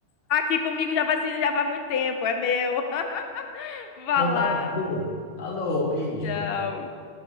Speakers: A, on the left; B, on the left.
A: aqui comigo já vai se já vai muito tempo, é meu. <laughs> Vá
B: Então
A: lá.
B: tá bom, Lu. Falou, beijo.
A: Tchau.